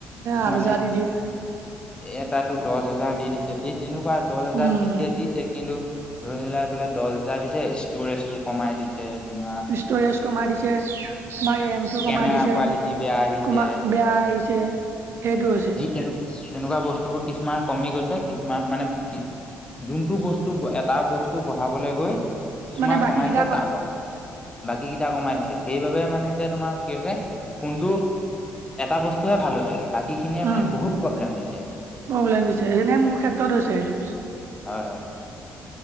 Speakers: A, on the left (about 20°); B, on the right (about 60°).
A: কিছুমানে।
B: আঠ হাজাৰ দি দিয়ে
A: এটাতো দহ হোজাৰ দি দিছে এই তেনেকুৱা দহ হোজাৰ
B: উম
A: দিছে দিছে। কিন্তু ধৰি লোৱা এইফালে দহ হাজাৰ দিছে ষ্টৰেজ টো কমাই দিছে। তোমাৰ
B: ষ্টৰেজ কমাই দিছে তোমাৰ ৰেমটো
A: কেমেৰা
B: কমাই দিছে।
A: কোৱালিটি বেয়া আহিছে
B: কমা বেয়া আহিছে সেইটো হৈছে।
A: তেনো তেনেকুৱা বস্তুবোৰ কিছুমান কমি গৈছে কিছুমান মানে কি। যোনটো বস্তু এটা বস্তু বঢ়াবলৈ গৈ কিছুমান
B: মানে বাকী
A: কমাই
B: কেইটা
A: দিছে! তাৰ ফল। বাকী কেইটা কমাই দিছে! সেইবাবে মানে এতিয়া তোমাৰ কি হৈছে! কোনটো? এটা বস্তুহে ভাল হৈছে! বা। কীখিনিয়ে
B: উম
A: মানে বহুত প্ৰব্লেম দিছে!
B: প্ৰব্লেম দিছে যেনে মোৰ ক্ষেত্ৰত হৈছে সেইটো
A: হয়' হয়!